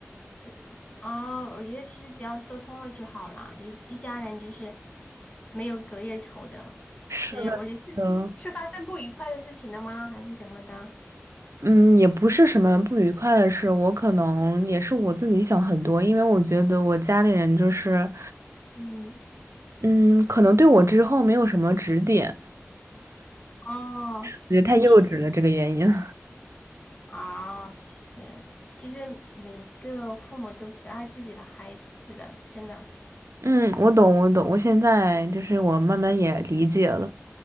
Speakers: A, on the left; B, on the right.
A: 是哦，我觉得其实只要说通了就好啦，就是一家人就是没有隔夜仇的。其实我觉得是是发生不愉快的事情了吗？
B: 是的，
A: 还是怎么的？
B: 嗯，也不是什么不愉快的事，我可能也是我自己想很多，因为我觉得我家里人就是，
A: 嗯，
B: 嗯，可能对我之后没有什么指点，
A: 哦，
B: 我觉得太幼稚了这个原因。
A: 指点。
B: <laughs>
A: 哦，其实其实每一个父母都是爱自己的孩子的，真的。
B: 嗯，我懂，我懂，我现在就是我慢慢也理解了。